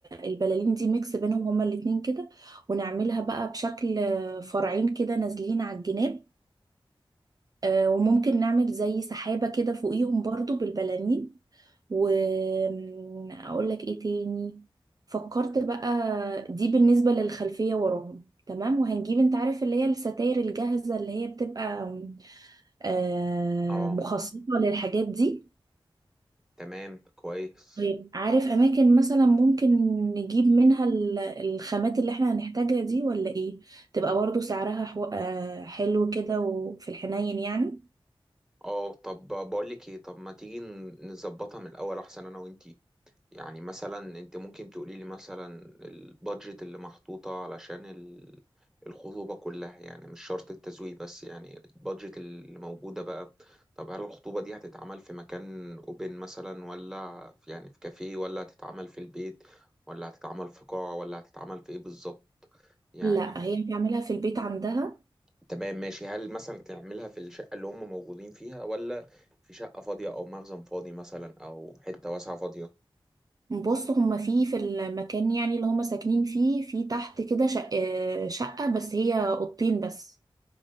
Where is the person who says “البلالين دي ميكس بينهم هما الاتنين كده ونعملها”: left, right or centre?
Right